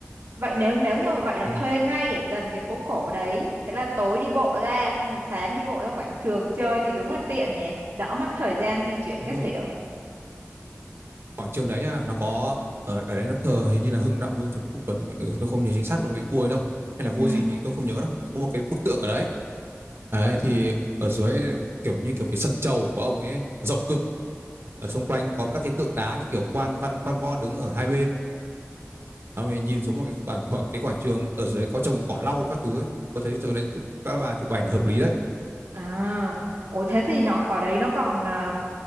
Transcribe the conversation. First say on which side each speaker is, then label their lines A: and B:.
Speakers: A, on the right (about 70°); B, on the right (about 55°).
A: Vậy nếu nếu như mà vậy là
B: ừ,
A: thuê ngay ở gần cái phố cổ đấy, thế là tối đi bộ ra xong rồi sáng đi bộ ra quảng trường chơi thì đúng là tiện nhỉ, đỡ mất thời gian di chuyển
B: đúng
A: các
B: rồi,
A: kiểu.
B: quảng trường đấy á, nó có ở ở đấy nó thờ hình như là Hưng Đạo Vương Trần Quốc Tuấn thì phải, ừ, tôi không nhớ chính xác nó vị vua ấy đâu hay là vua
A: Ừ.
B: gì tôi không nhớ đâu có một cái bức tượng ở đấy đấy thì ở dưới kiểu như kiểu cái sân chầu của ông ấy rộng cực ở xung quanh có các cái tượng đá như kiểu quan văn quan võ đứng ở hai bên ông ấy nhìn xuống một cái quảng, khoảng- cái quảng trường ở dưới có trồng cỏ lau các thứ ấy tôi thấy chỗ đấy các bà chụp ảnh là hợp lý đấy
A: À, ồ thế thì nó ở đấy nó còn à,